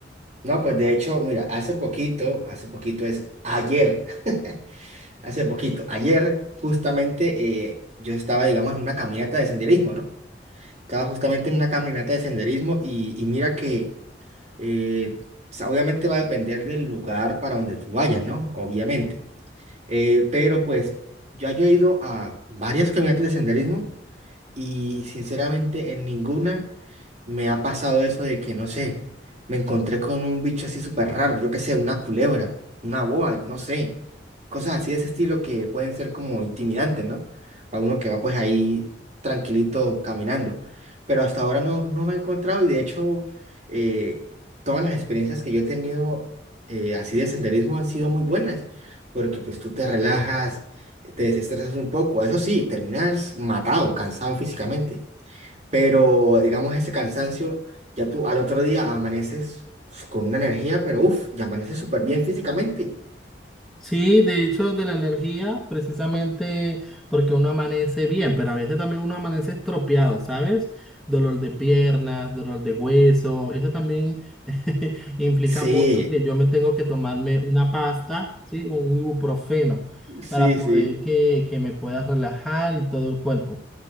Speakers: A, on the right; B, in the centre.
A: No, pues de hecho, mira, hace poquito, hace poquito es ayer. <laughs> Hace poquito, ayer justamente eh, yo estaba, digamos, en una caminata de senderismo, ¿no? Estaba justamente en una caminata de senderismo y, y mira que eh, o sea, obviamente va a depender del lugar para donde tú vayas, ¿no? Obviamente. Eh, pero pues ya yo he ido a varias caminatas de senderismo y sinceramente en ninguna me ha pasado eso de que, no sé, me encontré con un bicho así súper raro, yo qué sé, una culebra, una boa, no sé. Cosas así de ese estilo que pueden ser como intimidantes, ¿no? Para uno que va pues ahí tranquilito caminando. Pero hasta ahora no, no me he encontrado y de hecho eh, todas las experiencias que yo he tenido eh, así de senderismo han sido muy buenas. Porque pues tú te relajas te desestresas un poco. Eso sí, terminas matado, cansado físicamente. Pero digamos ese cansancio, ya tú al otro día amaneces uf, con una energía, pero uff, ya amaneces súper bien físicamente.
B: Sí, de hecho, de la energía, precisamente porque uno amanece bien, pero a veces también uno amanece estropeado, ¿sabes? Dolor de piernas, dolor de hueso, eso también <laughs> implica
A: Sí,
B: mucho que yo me tengo que tomarme una pasta, ¿sí? Un ibuprofeno
A: sí,
B: para poder
A: sí.
B: que, que me pueda relajar y todo el cuerpo.